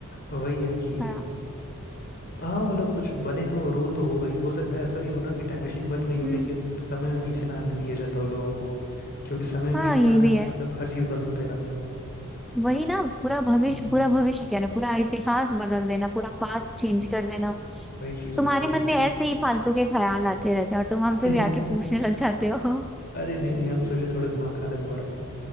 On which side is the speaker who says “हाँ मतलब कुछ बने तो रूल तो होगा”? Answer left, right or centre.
Left